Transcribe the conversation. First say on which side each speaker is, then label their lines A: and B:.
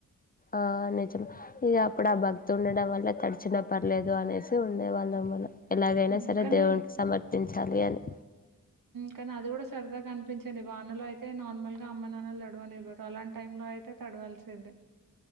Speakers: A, on the left (about 25°); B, on the right (about 70°).
A: అ <inaudible> ఆ నిజమే ఇక అప్పుడు ఆ భక్తి ఉండడం వల్ల తడిచిన పర్లేదు అనేసి ఉండే వాళ్ళం మళ్ళా. ఎలాగైనా
B: హ్మ్
A: సరే
B: కానీ
A: దేవునికి సమర్పించాలి అని
B: కానీ అది కూడా సరదాగా కనిపించేది. వానలో అయితే నార్మల్ గా అమ్మ నాన్నలు తడవనవ్వరు అలాంటి టైం లో అలా అయితే తడవాల్సిందే.